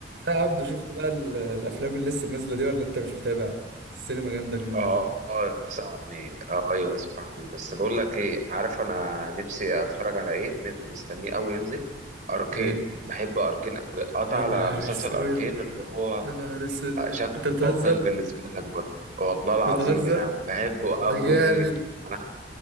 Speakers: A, on the right (about 75°); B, on the right (about 50°).
A: يا عبدو شفت بقى ال- الافلام اللي لسه نازله دي ولا انت مش متابع السينما جامده اليومين
B: اه
A: دول
B: اه يا صاحبي اه ايوه يا صاحبي بس بقول لك ايه عارف انا نفسي اتفرج على ايه نف- مستنيه قوي ينزل اركين
A: ايه
B: بحب اركين قوي قطع
A: يا
B: على
A: نهار
B: مسلسل
A: اسود
B: اركين اللي هو
A: يا نهار اسود
B: آه، شكله
A: انت بتهزر
B: مفضل بالنسبه لك برضه والله العظيم
A: بتهزر
B: يا عم بحبه قوي
A: ده جامد
B: انا